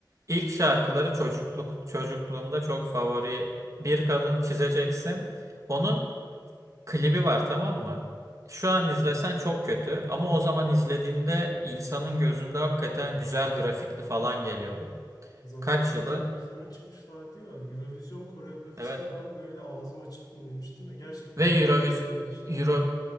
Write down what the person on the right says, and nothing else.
ilk şarkıları çocukluk çocukluğumda çok favori. Bir kadın çizeceksin. Onun klibi var tamam mı? Şu an izlesen
çok kötü ama o zaman izlediğinde insanın gözünde hakikaten güzel grafikli falan geliyordu.
Kaç yılı?
Evet.
Ve
Euroviz
Euro